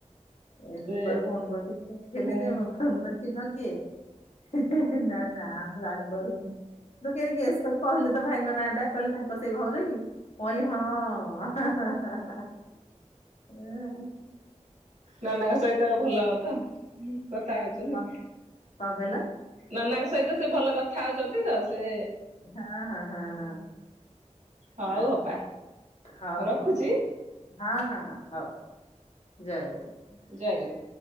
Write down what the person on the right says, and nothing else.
ସେ
ହୁଁ
ହୁଁ
ନାନାଙ୍କ ସହିତ ଭଲ ତ। କଥା ହଉଛନ୍ତି,
ନାନାଙ୍କ ସହିତ ସେ ଭଲ କଥା ହଉଛନ୍ତି ତ ସେ
ହଉ
ଅପା
ରଖୁଛି
ଯାଗରେ